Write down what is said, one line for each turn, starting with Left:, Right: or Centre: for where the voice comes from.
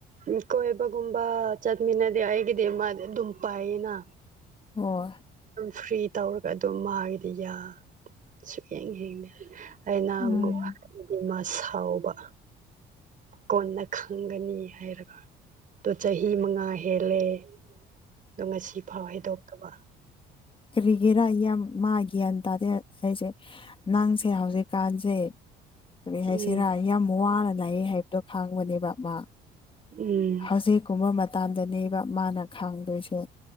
Right: ꯎꯝ ꯀꯣꯏꯕꯒꯨꯝꯕ ꯆꯠꯃꯤꯟꯅ ꯑꯩꯒꯤꯗꯤ ꯃꯥ ꯑꯗꯨꯝ ꯄꯥꯏꯌ‌ꯦꯅ
Left: ꯍꯣꯏ
Right: ꯐ꯭ꯔꯤ ꯇꯧꯔꯒ ꯑꯗꯨꯝ ꯃꯥꯒꯤꯗꯤ ꯌꯥ ꯁꯨꯛꯌꯦꯡ ꯌ‌ꯦꯡꯗꯦ ꯑꯩꯅꯕꯨ
Left: ꯎꯝ
Right: ꯃꯥ ꯁꯥꯎꯕ ꯀꯣꯟꯅ ꯈꯪꯒꯅꯤ ꯍꯥꯏꯔꯒ ꯑꯗꯨ ꯆꯍꯤ ꯃꯉꯥ ꯍꯦꯜꯂꯦ ꯑꯗꯣ ꯉꯁꯤ ꯐꯥꯎ ꯍꯥꯏꯗꯣꯛꯇꯕ
Left: ꯀꯔꯤꯒꯤꯔꯥ ꯌꯥꯝ ꯃꯥ ꯒ꯭ꯌꯥꯟ ꯇꯥꯗꯦ ꯍꯥꯏꯁꯦ ꯅꯪꯁꯦ ꯍꯧꯖꯤꯛꯀꯥꯟꯁꯦ ꯀꯔꯤ ꯍꯥꯏꯁꯤꯔꯥ
Right: ꯎꯝ
Left: ꯌꯥꯝ ꯋꯥꯅ ꯂꯥꯛꯑꯦ ꯍꯥꯏꯕꯗꯣ ꯈꯥꯡꯕꯅꯦꯕ ꯃꯥ
Right: ꯎꯝ
Left: ꯍꯧꯖꯤꯛꯀꯨꯝꯕ ꯃꯇꯝꯗꯅꯦꯕ ꯃꯥꯅ ꯈꯥꯡꯗꯣꯏꯁꯦ